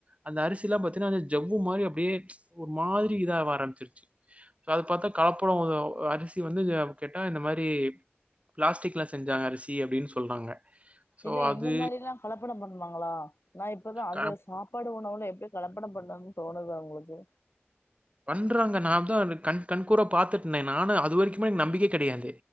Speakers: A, on the right; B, on the left.
A: அந்த அரிசிலா பாத் ஏனா அது ஜவ்வு மாரி அப்டியே ஒரு மாரி இதாவ ஆரம்பிச்சிருச்சு. சோ அத பாத்தா கலப்படோ ஒதோ ஒ அரிசி வந்து எ கேட்டா இந்த மாரி பிளாஸ்டிக்ல செஞ்சாங்க அரிசி அப்டினு சொல்றாங்க. ஸோ,
B: இல்ல
A: அது
B: இந்த மாரிலா கலப்படம் பண்ணுவாங்களா நா இப்பதா அந்த
A: க
B: சாப்பாடு ஒ ன்ன கூடே எப்டி கலப்படம் பண்ணாங்கனு தோணது அவங்களுக்கு
A: பண்றாங்க நா ந்தா அன்று கண் கண்கூறா பாத்துட்டனே நானு அது வரைக்குமே எனக் நம்பிக்க கெடையாது